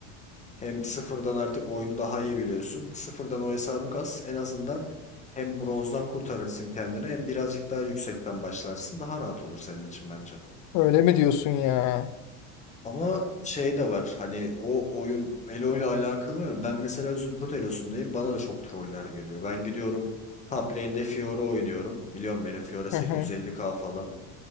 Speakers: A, on the left; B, on the left.
A: Hem sıfırdan artık oyunu daha iyi biliyorsun. Sıfırdan o hesabı kas. En azından hem bronzdan kurtarırsın kendini hem birazcık daha yüksekten başlarsın. Daha rahat olur senin için bence.
B: Öyle mi diyorsun ya?
A: Ama şey de var hani o oyun Elo ile alakalı ben mesela Zümrüt Elo'sundayım bana da çok troller geliyor. Ben gidiyorum top lane'de Fiora oynuyorum. Biliyorum benim Fiora 850k
B: Hı hı.
A: falan